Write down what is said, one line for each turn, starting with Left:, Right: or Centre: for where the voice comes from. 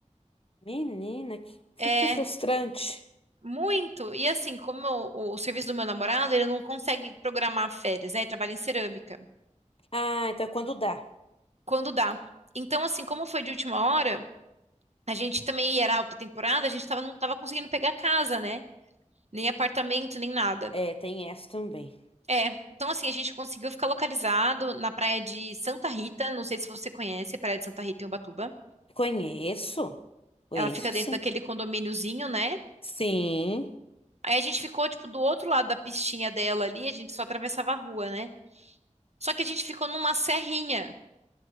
Left: Menina, que,
Right: É,
Left: que frustrante.
Right: muito. E assim, como o, o serviço do meu namorado, ele não consegue programar férias, né? Ele trabalha em cerâmica.
Left: Ah, então quando dá.
Right: Quando dá. Então, assim, como foi de última hora, a gente também era alta temporada, a gente tava, não tava conseguindo pegar casa, né? Nem apartamento, nem nada.
Left: É, tem essa também.
Right: É, então assim, a gente conseguiu ficar localizado na praia de Santa Rita, não sei se você conhece a praia de Santa Rita em Ubatuba.
Left: Conheço, conheço
Right: Ela fica dentro
Left: sim.
Right: daquele condomíniozinho, né?
Left: Sim.
Right: Aí a gente ficou, tipo, do outro lado da pistinha dela ali, a gente só atravessava a rua, né? Só que a gente ficou numa serrinha,